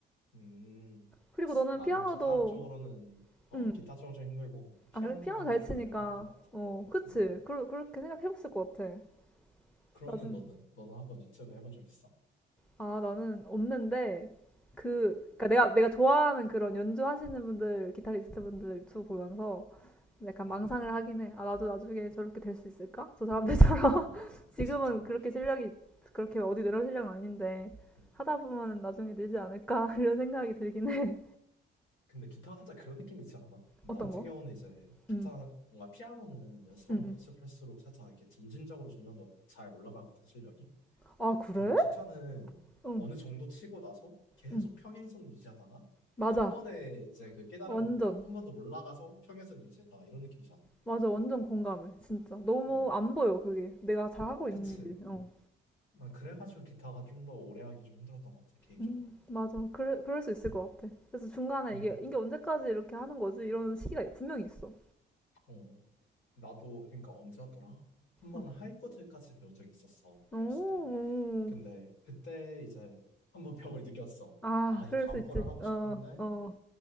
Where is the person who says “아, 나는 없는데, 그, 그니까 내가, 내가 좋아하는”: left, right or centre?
Centre